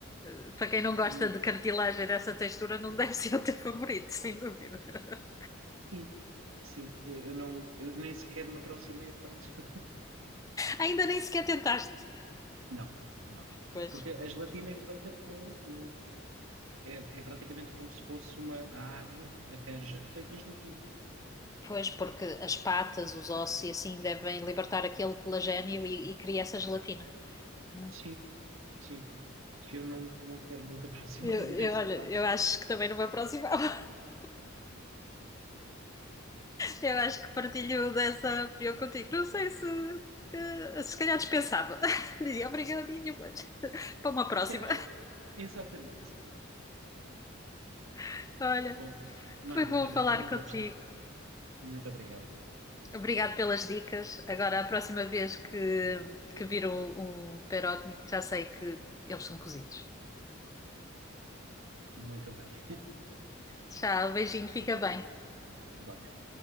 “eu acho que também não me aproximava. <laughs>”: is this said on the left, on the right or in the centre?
Left